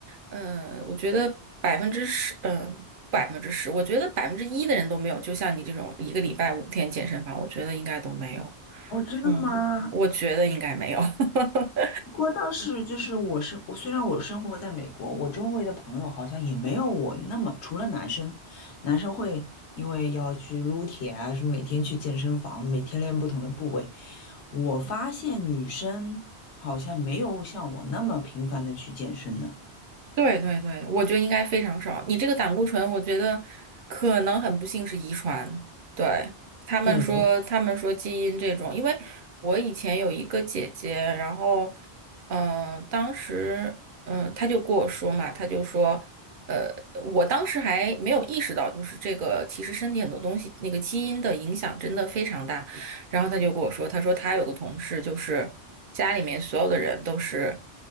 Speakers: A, on the right; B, on the left.
A: 嗯、我觉得百分之十，嗯、百分之十，我觉得百分之一的人都没有。就像你这种一个礼拜五天健身房，我觉得应该都没有。
B: 哦，真的吗？
A: 嗯，我觉得应该没有。<laughs>
B: 不过倒是就是我是我虽然我生活在美国，我周围的朋友好像也没有我那么，除了男生，男生会因为要去撸铁啊，什么每天去健身房，每天练不同的部位。我发现女生好像没有像我那么频繁的去健身呢。
A: 对对对，我觉得应该非常少。你这个胆固醇，我觉得可能很不幸是遗传。对，他们说，
B: 对，
A: 他们说基因这种，因为我以前有一个姐姐，然后，嗯、当时，嗯、她就跟我说嘛，她就说，呃，我当时还没有意识到，就是这个其实身体很多东西那个基因的影响真的非常大。然后她就跟我说，她说她有个同事，就是家里面所有的人都是，